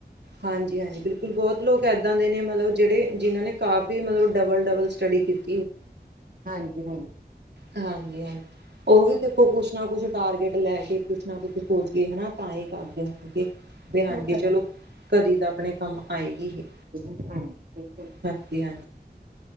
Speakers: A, on the right; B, on the right.
A: ਹਾਂਜੀ-ਹਾਂਜੀ ਬਿਲਕੁਲ ਬੋਤ ਲੋਕ ਏਦਾਂ ਦੇ ਨੇ, ਮਤਲਬ ਜਿਹੜੇ ਜਿਨਾਂ ਨੇ ਕਾਫ਼ੀ ਮਤਲਬ ਡਬਲ-ਡਬਲ ਸਟੱਡੀ ਕੀਤੀ।
B: ਹਾਂਜੀ-ਹਾਂਜੀ।
A: ਹਾਂਜੀ-ਹਾਂਜੀ। ਉਹ ਵੀ ਦੇਖੋ ਕੁਛ ਨਾ ਕੁਛ ਟਾਰਗੇਟ ਲੈ ਕੇ, ਕੁਛ ਨਾ ਕੁਛ ਸੋਚ ਕੇ ਹਨਾ ਤਾਂ ਹੀ ਕਰਦੇ ਨੇ ਹੈਗੇ। ਕੇ ਹਾਂਜੀ
B: ਉਹ ਤਾਂ
A: ਚਲੋ,
B: ਹੈ
A: ਕਦੀ ਤਾਂ ਆਪਣੇ ਕੰਮ ਆਏਗੀ ਹੀ।
B: ਹਾਂ ਬਿਲਕੁਲ।
A: <unintelligible> ਹਾਂਜੀ।